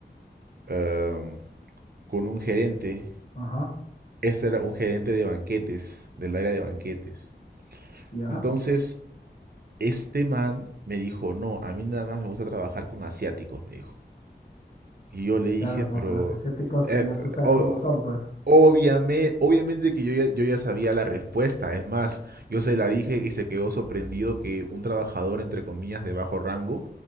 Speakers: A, on the right (about 60°); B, on the left (about 45°).
A: eh, con un gerente
B: Ajá,
A: este era un gerente de banquetes, del área de banquetes.
B: ya.
A: Entonces, este man me dijo, no, a mí nada más me gusta trabajar con asiáticos, me dijo. Y yo le dije,
B: Claro, porque
A: pero...
B: los asiáticos
A: eh,
B: ya
A: p-
B: tú sabes
A: o-
B: cómo son, pues.
A: Obviamente, obviamente que yo ya, yo ya sabía la respuesta. Es más, yo se la dije y se quedó sorprendido que un trabajador, entre comillas, de bajo rango,